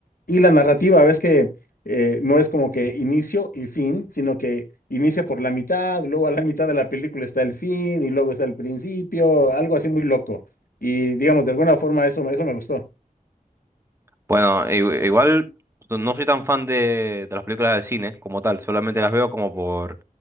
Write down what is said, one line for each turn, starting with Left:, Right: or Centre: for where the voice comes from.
Left: Y la narrativa, ves que eh, no es como que inicio y fin, sino que inicia por la mitad, luego a la mitad de la película está el fin y luego está el principio, algo así muy loco. Y digamos, de alguna forma eso, eso me gustó.
Right: Bueno, i- igual no no soy tan fan de, de las películas de cine como tal, solamente las veo como por,